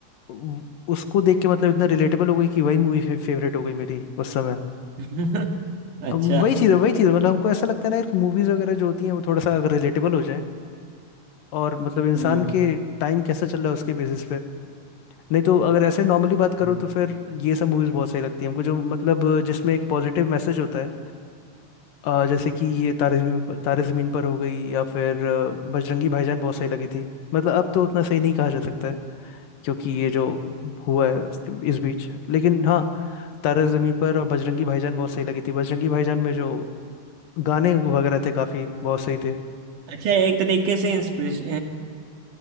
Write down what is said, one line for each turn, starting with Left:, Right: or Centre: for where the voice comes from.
Left: उ- उसको देख के मतलब इतना रिलेटेबल हो गई कि वही मूवी फे, फेवरेट हो गई मेरी उस समय
Right: <laughs> अच्छा
Left: अब वही चीज़ है वही चीज़ है मतलब हमको ऐसा लगता है ना यार कि मूवीज़ वगैरह जो होती हैं वो थोड़ा सा अगर रिलेटेबल हो जाए और मतलब इंसान
Right: हम्म
Left: के टाइम कैसा चल रहा है उसके बेसिस पे नहीं तो अगर ऐसे नॉर्मली बात करो
Right: हम्म।
Left: तो फिर ये सब मूवीज़ बहुत सही लगती है हमको जो मतलब जिसमें एक पॉजिटिव मैसेज होता है अ, जैसे कि ये तारे जमीन पर तारे जमीन पर हो गई या फिर अ, बजरंगी भाईजान बहुत सही लगी थी मतलब अब तो उतना सही नहीं कहा जा सकता है क्योंकि ये जो हुआ है उसके- इस बीच लेकिन हाँ तारे जमीन पर और बजरंगी भाईजान बहुत सही लगी थी बजरंगी भाईजान में जो गाने वगैरह थे काफी बहुत सही थे
Right: अच्छा एक तरीके से इंस्पिरेश